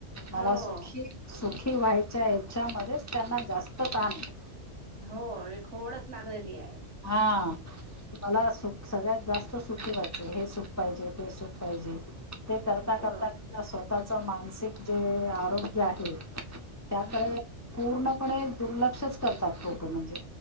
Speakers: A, on the left; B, on the right.
A: मला
B: हो
A: सुखी सुखी व्हायच्या याच्यामध्येच त्यांना जास्त ताण आहे
B: हो एक होडच लागलेली ये.
A: हा. मला सुख सगळ्यात जास्त सुखी व्हायचे. हे सुख पाहिजे ते सुख पाहिजे. ते करता
B: बरो
A: करता त्यां स्वतःच मानसिक जे आरोग्य आहे. त्याकडे
B: हम्म
A: पूर्णपणे दुर्लक्षच करतात हो ते म्हणजे